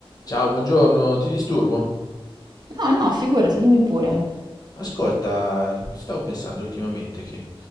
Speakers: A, on the left (about 40°); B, on the right (about 45°).
A: Ciao, buongiorno, ti disturbo?
B: No, no, figurati, dimmi pure.
A: Ascolta, stavo pensando ultimamente che